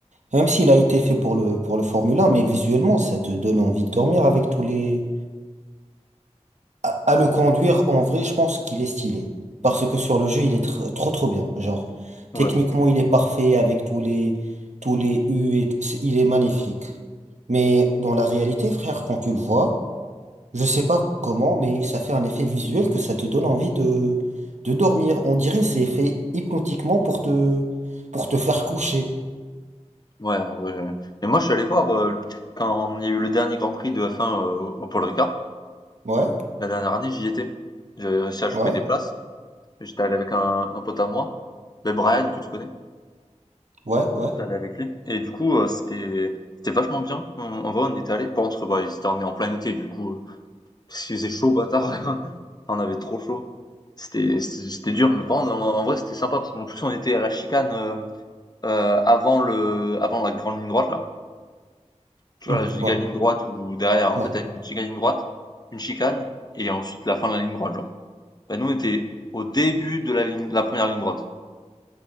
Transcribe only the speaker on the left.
Ouais,
ouais, en vrai, ouais. Et moi, je suis allé voir euh, quand il y a eu le dernier Grand Prix de F1 euh, au Paul Ricard.
La dernière année, j'y étais. J'avais réussi à choper
des places. J'étais allé avec un, un pote à moi, mais Brian, que tu connais.
J'étais allé avec lui et du coup, heu, c'était c'était vachement bien. On en vrai, on y était allé, par contre, bah, c'était en en plein été du coup, heu, parce qu'il faisait chaud bâtard. <laughs> On avait trop chaud. C'était c'était c'était dur, mais par contre, en en vrai, c'était sympa parce qu'en plus on était à la chicane, heu heu, avant le avant la grande ligne droite là. Tu
vois la giga
ligne droite ou derrière, en
fait, tu as une giga ligne droite, une chicane et ensuite la fin de la ligne droite genre. Bah, nous, on était au début de la ligne la première ligne droite.